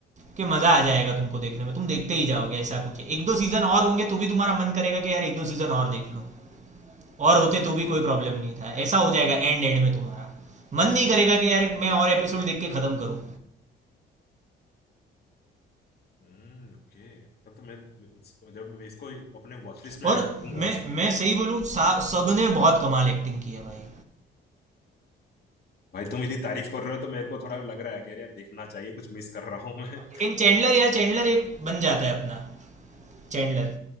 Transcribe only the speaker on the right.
कि मजा आ जाएगा तुमको देखने में तुम देखते ही जाओगे ऐसा कुछ है। एक दो सीजन और होंगे तो भी तुम्हारा मन करेगा कि यार एक दो सीजन और देख लो और होते तो भी कोई प्रॉब्लम नहीं था ऐसा हो जाएगा एंड एंड में तुम्हारा मन नहीं करेगा कि यार मैं और एपिसोड देख के खत्म करूं
और
मैं मैं सही बोलूं सब ने बहुत कमाल एक्टिंग की है भाई
लेकिन चैंडलर यार चैंडलर एक बन जाता है अपना चैंडलर